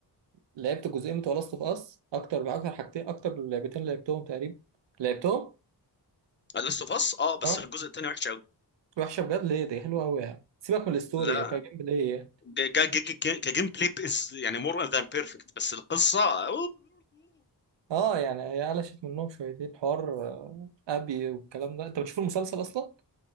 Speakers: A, on the right (about 90°); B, on the left (about 25°).
A: لعبت جزئين بتوع لاست اوف اس اكتر باكتر حاجتين اكتر من لعبتين لعبتهم تقريبا لعبتهم
B: لاست اوف اس اه بس
A: اه
B: الجزء الثاني وحش قوي
A: وحشه بجد ليه دي حلوه قوي يعني سيبك من الستوري
B: لا
A: هي كانت جيم بلاي يعني.
B: ج- ج- ج- ج- كجيم بلاي is يعني مور ذان بيرفكت بس القصه
A: اه يعني هي قلشت منهم شويتين حوار آه، ابي والكلام ده انت بتشوف المسلسل اصلا